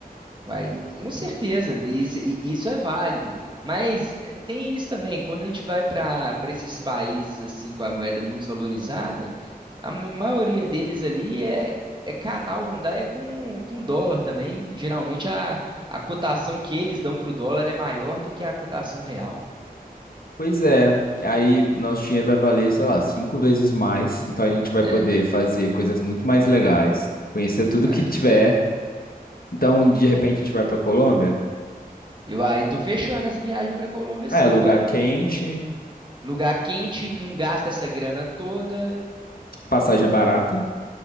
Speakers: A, on the right; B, on the left.
A: Vai, com certeza, isso, i- isso é válido. Mas eh, tem isso também, quando a gente vai para para esses países assim com a moeda muito desvalorizada, a ma- maioria deles ali é, é canal andar é com, com dólar também. Geralmente a, a cotação que eles dão para o dólar é maior do que a cotação real.
B: Pois é, aí nosso dinheiro vai valer, sei lá, cinco vezes mais. Então a gente vai
A: É,
B: poder fazer coisas muito mais legais, conhecer tudo
A: é.
B: que tiver. Então, de repente, a gente vai para Colômbia.
A: Eu aí tô fechando essa viagem para Colômbia assim,
B: Ah, É, lugar
A: velho.
B: quente,
A: Lugar quente, não gasta essa grana toda.
B: passagem é barata.